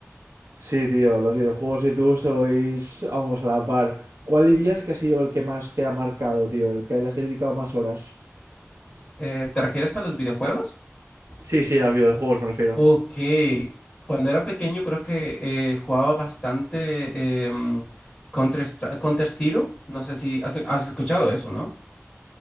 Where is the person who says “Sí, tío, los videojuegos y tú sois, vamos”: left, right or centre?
Right